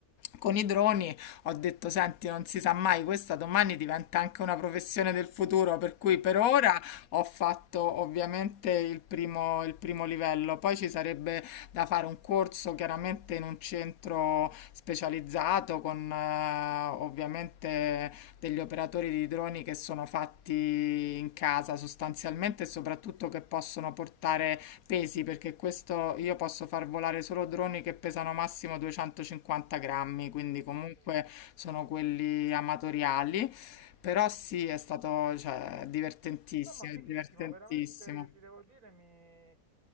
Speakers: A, on the left; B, on the right.
A: Con i droni ho detto: Senti, non si sa mai, questa domani diventa anche una professione del futuro. Per cui per
B: cavolo,
A: ora ho fatto ovviamente il primo, il primo livello. Poi ci sarebbe da fare un corso chiaramente in un centro specializzato con eh, ovviamente degli operatori di droni che sono fatti in casa sostanzialmente e soprattutto che possono portare pesi, perché questo io posso far volare solo droni che pesano massimo 250 grammi, quindi comunque
B: ok.
A: sono quelli amatoriali. Però sì, è stato, cioè, divertentissimo,
B: No, ma fighissimo,
A: è divertentissimo.
B: veramente ti devo dire, mi,